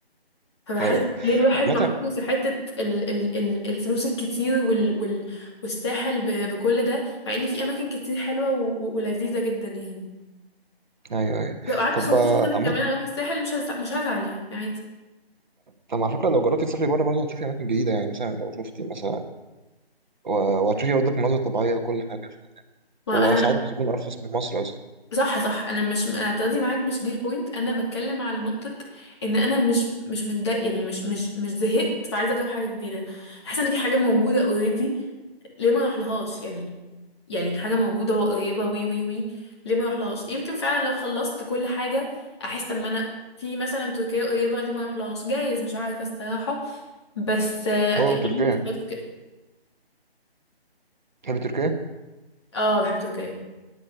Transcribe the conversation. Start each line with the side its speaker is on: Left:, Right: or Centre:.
Left: فبحس
Right: أيوه
Left: ليه الواحد
Right: عامة
Left: محطوط في حتة ال ال ال الفلوس الكتير وال وال والساحل ب- بكل ده مع إن في أماكن كتير حلوة و- و- ولذيذة جدا يعني
Right: أيوه أيوه
Left: لو قعدت
Right: طب
Left: 15
Right: آه،
Left: سنة
Right: عامة
Left: كمان أروح الساحل مش هزع مش هزعل يعني عادي
Right: طب على فكرة لو جربتي تسافري بره برضه هتشوفي أماكن جديدة يعني مثلا لو شفتي مثلا و- وهتشوفي برضك مناظر طبيعية وكل حاجة
Left: ما
Right: وساعات
Left: أنا
Right: بتكون أرخص من مصر أصلا
Left: صح صح انا مش انا بتاخدي معاك مش دي البوينت انا بتكلم على نقطه ان انا مش مش متضايق يعني مش مش مش زهقت فعايزه اجرب حاجه جديده حاسه ان في حاجه موجوده اوريدي ليه ما اروح لهاش يعني يعني حاجه موجوده وقريبه وي وي وي ليه ما اروح لهاش يمكن فعلا لو خلصت كل حاجه احس طب ما انا في مثلا تركيا قريبه ليه ما اروح لهاش جايز مش عارفه الصراحه بس آه،
Right: أوه
Left: يعني
Right: تركيا
Left: عندي فكرة في كده
Right: تحبي تركيا؟
Left: اه بحب تركيا